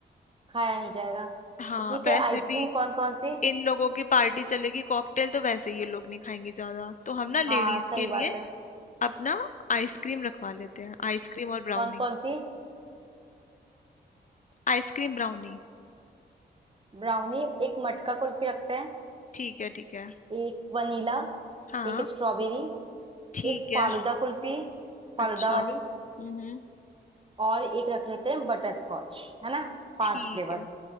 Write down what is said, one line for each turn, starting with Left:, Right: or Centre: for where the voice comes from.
Right: खाया नहीं जाएगा तो
Left: हाँ
Right: ठीक
Left: वैसे
Right: है आइसक्रीम
Left: भी
Right: कौन कौन सी
Left: इन लोगों की पार्टी चलेगी कॉकटेल तो वैसे ही ये लोग नहीं खाएंगे ज्यादा तो हम ना लेडीज
Right: हाँ सही
Left: के लिए
Right: बात है
Left: अब ना आइसक्रीम रखवा लेते हैं आइसक्रीम और ब्राउनी
Right: कौन कौन सी
Left: Ice cream brownie
Right: ब्राउनी एक मटका कुल्फी रखते हैं
Left: ठीक है ठीक है
Right: एक वनीला
Left: हाँ
Right: एक स्ट्रॉबेरी
Left: ठीक
Right: एक
Left: है
Right: फालूदा कुल्फी फालूदा
Left: अच्छा
Right: वाली
Left: हम्म
Right: और एक रख लेते हैं बटर स्कॉच है ना पांच
Left: ठीक
Right: फ्लेवर
Left: है